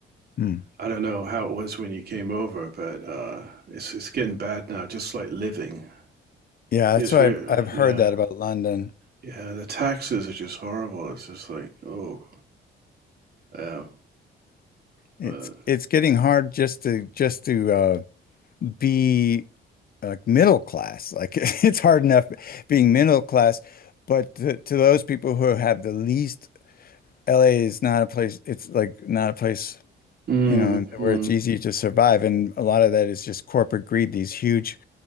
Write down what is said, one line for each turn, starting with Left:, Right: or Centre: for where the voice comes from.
Left: Hmm.
Right: I don't know how it was when you came over, but uh, it's it's getting bad now. Just like living,
Left: Yeah,
Right: because
Left: that's why
Right: we're
Left: I've, I've heard
Right: yeah
Left: that about London.
Right: yeah the taxes are just horrible. It's just like oh yeah,
Left: It's
Right: but
Left: it's getting hard just to just to uh, be like middle class. Like <laughs> it's hard enough being middle class, but to, to those people who have the least, LA is not a place. It's like not a place,
Right: mm-hmm.
Left: you know, where it's easy to survive. And a lot of that is just corporate greed. These huge